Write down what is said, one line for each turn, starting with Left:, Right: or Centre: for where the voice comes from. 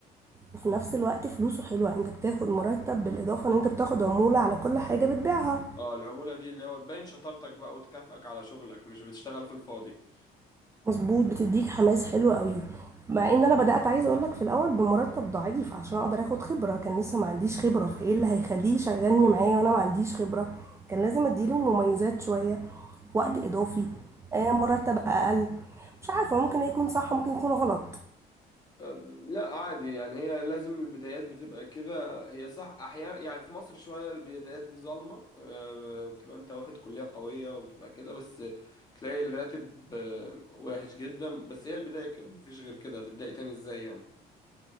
Right: وفي نفس الوقت فلوسه حلوة، أنت بتاخد مُرتّب بالإضافة إن أنت بتاخد عمولة على كل حاجة بتبيعها.
Left: اه العمولة دي اللي هو تبين شطارتك بقى وتكافئك على شغلك مش بتشتغل في الفاضي
Right: مظبوط بتديك حماس حلو قوي مع ان انا بدات عايزه اقول لك في الاول بمرتب ضعيف عشان اقدر اخد خبره كان لسه ما عنديش خبره فايه اللي هيخليه يشغلني معايا وانا ما عنديش خبره كان لازم اديله مميزات شويه وقت
Left: امم
Right: اضافي آه مرتب اقل مش عارفه ممكن يكون صح ممكن يكون غلط
Left: أم، لا عادي يعني هي لازم البدايات بتبقى كده هي صح احيانا يعني في مصر شوية البدايات دي ظالمة أه، وبتبقى انت واخد كلية قوية وبتبقى كده بس تلاقي الراتب أه، وحش جدا بس هي البداية كده مفيش غير كده هتبدأي تاني ازاي يعني